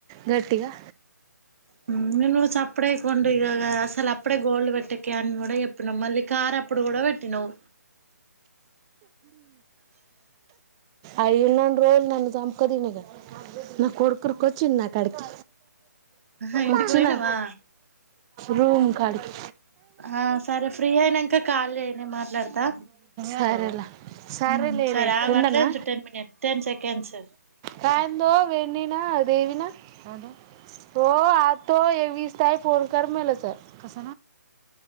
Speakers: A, on the right; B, on the right.
A: గటిగా
B: హ ఇక నువ్వు సప్పుడు చేయక ఉండు ఇగ అసలు అప్పుడే గోల్డ్ పెట్టకె అని కూడా చెప్పినాం మళ్ళీ కార్ అప్పుడు కూడా పెట్టినావు
A: అయి ఉన్న రోల్ నన్ను సంకదినుడే నా కొడుకుర్కి వచ్చింది నాక్కడికి
B: ఆహా ఇంటికి
A: వచ్చనా
B: పోయినవా
A: రూమ్ కాడికి
B: ఆ సరే ఫ్రీ అయినంక కాల్ చేయి నేను మాట్లాడతా
A: సరే రా సరే
B: ఉమ్
A: లేవే
B: ఆగు
A: ఉండనా
B: అట్లే ఉంచు టెన్ మినిట్ టెన్ సెకండ్స్
A: కాయందో వెడినా దేవిన హ పో అ ఏ విస్ తయి ఫోన్ క మల స కస